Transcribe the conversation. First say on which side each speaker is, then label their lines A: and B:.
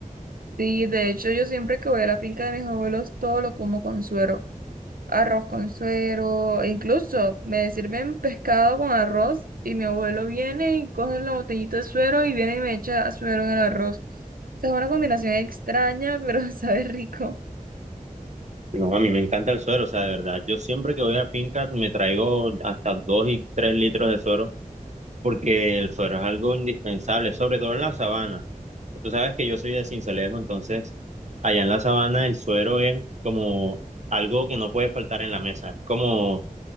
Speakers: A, on the right; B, on the right.
A: Sí, de hecho yo siempre que voy a la finca de mis abuelos todo lo como con suero. arroz con suero, e incluso me sirven pescado con arroz y mi abuelo viene y coge la botellita de suero y viene y me echa suero en el arroz. O sea, es una combinación extraña, pero <laughs> sabe rico.
B: Digo, a mí me encanta el suero, o sea, de verdad. Yo siempre que voy a finca me traigo hasta dos y tres litros de suero porque el suero es algo indispensable, sobre todo en la sabana. Tú sabes que yo soy de Sincelejo, entonces allá en la sabana el suero es como algo que no puede faltar en la mesa, Es como,